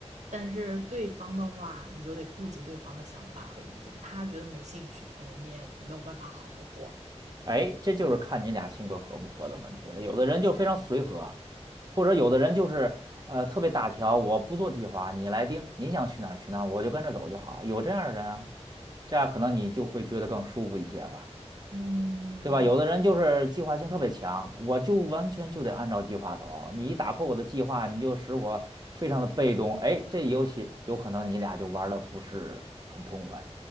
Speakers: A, on the right (about 80°); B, on the right (about 35°).
A: 但是对方的话，你就得顾及对方的想法和意见，他觉得没兴趣，可能你也没有办法好好逛。
B: 哎，这就是看你俩性格合不合的问题了。有的人就非常随和，或者有的人就是呃特别大条，我不做计划，你来定，你想去哪儿去哪儿，我就跟着走就好。有这样的人啊，这样可能你就会觉得更舒服一些吧，
A: 嗯，
B: 对吧？有的人就是计划性特别强，我就完全就得按照计划走，你一打破我的计划，你就使我非常的被动。哎，这游戏有可能你俩就玩的不是很痛快。